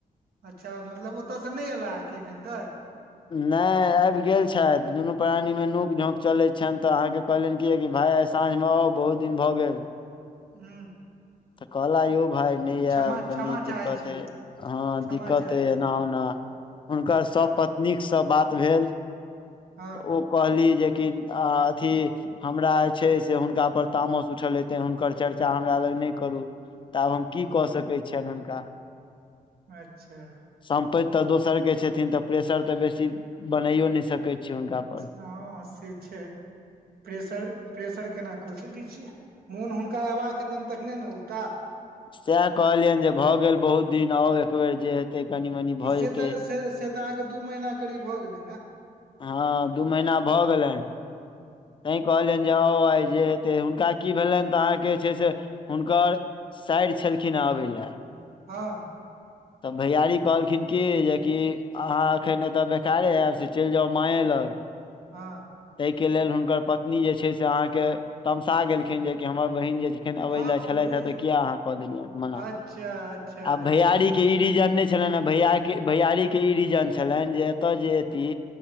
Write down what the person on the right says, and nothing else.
अच्छा मतलब ओतयसँ नय एयला हँ कि एखन तक
हुँ
क्षमा
क्षमा
चाहै छी
क्षमा
चाहै
छी
हँ
हँ
अच्छऽ
हँ - हँ से छै प्रेशर - प्रेशर केना कऽ सकै छियै मोन हुनका अयबाक हेतैन तखने नऽ अउताह
हँ से
तऽ से से तऽ अहाँकेँ दू महीना करीब भऽ गेलै नऽ
हँ
हँ
हँ
बाप
रे
अच्छा अच्छा
अच्छा